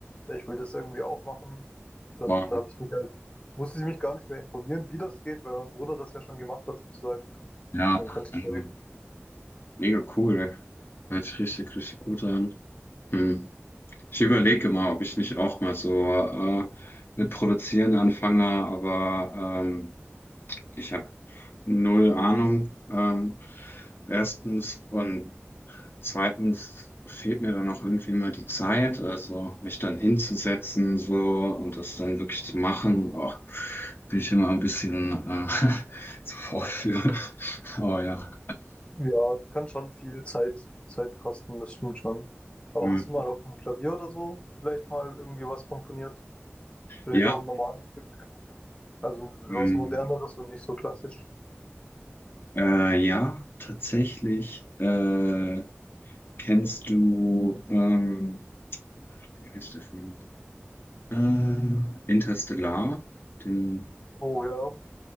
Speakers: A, on the left; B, on the left.
A: ja, ich will das irgendwie auch machen. Dann
B: wow,
A: habe ich mich halt, musste ich mich gar nicht mehr informieren, wie das geht, weil mein Bruder das ja schon gemacht hat sozusagen.
B: ja,
A: Dann konnte
B: ähm,
A: ich mir
B: mega cool. Hört sich richtig, richtig gut an. Hm. Ich überlege mal, ob ich nicht auch mal so äh, mit Produzieren anfange, aber ähm, ich habe null Ahnung. Ähm, erstens und zweitens fehlt mir dann auch irgendwie mal die Zeit, also mich dann hinzusetzen so und das dann wirklich zu machen. Boah, bin ich immer ein bisschen äh, <laughs> zu faul für. <laughs> Oh ja.
A: Ja, kann schon viel Zeit, Zeit kosten, das stimmt schon. Aber
B: Hm.
A: hast du mal auf dem Klavier oder so vielleicht mal irgendwie was komponiert? Vielleicht
B: Ja.
A: auch ein normales Stück, also was
B: hm.
A: Moderneres und nicht so klassisch.
B: Äh, ja, tatsächlich. Äh, kennst du, ähm, wie heißt der Film? Äh, Interstellar. Den,
A: Oh ja.